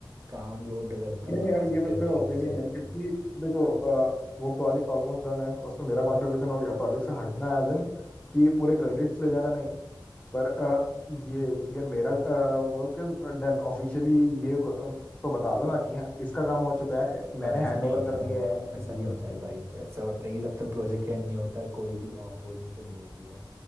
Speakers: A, on the right; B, on the left.
A: काम लोड अगर कम
B: नहीं
A: करवा
B: यार
A: सकते
B: ये बस
A: हो
B: मेरा
A: तो
B: ओपिनियन
A: वो सही रहेगा
B: है क्योंकि देखो अ, वो प्रोजेक्ट ऑलमोस्ट डन है उसमें मेरा कंट्रीब्यूशन हो गया प्रोजेक्ट से हटना एज इन कि पूरे क्रेडिट्स ले जाना नहीं पर अ, ये कि यार मेरा वर्क इज डन ऑफिशियली ये को- अ, तो बता दो ना कि हाँ, इसका काम हो चुका है मैंने
A: पर ऐसा
B: हैंड
A: नहीं
B: ओवर
A: होता
B: कर
A: ना
B: दिया है यार अपने
A: ऐसा
B: जूनियर्स
A: नहीं होता है
B: को
A: भाई ऐसा होता है कि जब तक प्रोजेक्ट एंड नहीं होता कोई भी ऑफ बोर्डिंग तो नहीं होती है